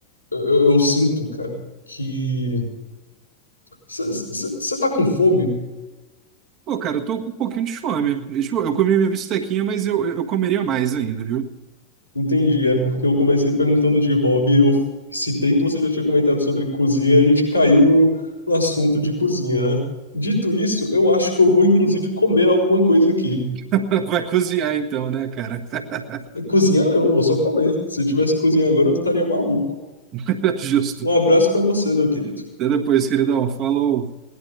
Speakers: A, on the left; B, on the right.
A: eu- eu sinto, cara, que. Você tá com fome?
B: Pô, cara, eu tô com um pouquinho de fome. Eu, tipo, eu comi minha bistequinha, mas eu, eu comeria mais ainda, viu?
A: Entendi, é porque eu comecei perguntando de hobby, eu citei que você já tinha comentado sobre cozinha e a gente caiu no, no assunto de cozinha, né? Dito isso, eu acho que eu vou inclusive comer alguma coisa aqui.
B: <laughs> Vai cozinhar então, né, cara? <laughs>
A: Cozinhar não, eu vou só comer. Se eu tivesse que cozinhar agora, eu estaria maluco.
B: <laughs> Justo.
A: Um abraço pra você, meu querido.
B: Até depois, queridão. Falou.